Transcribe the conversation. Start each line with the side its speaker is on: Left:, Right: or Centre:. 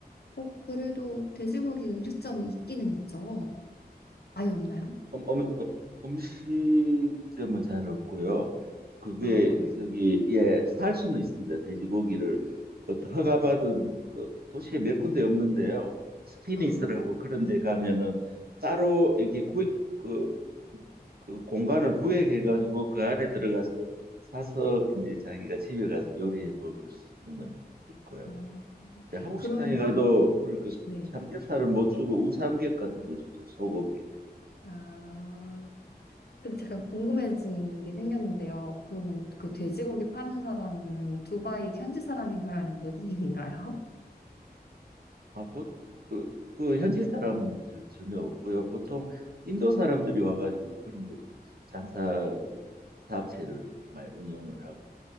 Left: 어, 그래도 돼지고기 음식점이 있기는 있죠. 아예 없나요?
Right: 음, 음, 음, 음식점은 잘 없고요. 그게
Left: 아, 그래요?
Right: 저기 예, 살 수는 있습니다. 돼지고기를 어떤 허가받은 뭐 도시에 몇 군데 없는데요. 스피니스라고
Left: 아,
Right: 그런 데 가면은 따로 이렇게 구, 그, 그 공간을 구획해 가지고 그 안에 들어가서 사서 이제 자기가 집에 가서 요리해 먹을 수는 있고요.
Left: 어, 어.
Right: 근데 한국
Left: 그러면,
Right: 식당에 가도 그러니까
Left: 네.
Right: 삼겹살을 못 주고 우삼겹 같은 거 주죠. 소고기를.
Left: 아, 근데 잠깐 궁금해진 게 생겼는데요. 그러면 그 돼지고기 파는 사람은 두바이 현지 사람인가요? 아니면 외국인인가요?
Right: 아, 보, 그, 그 현지 사람은 저- 전혀 없고요. 보통 인도 사람들이 와가지고 그런 걸 장사를 사업체를 이렇게 많이 운영을 하고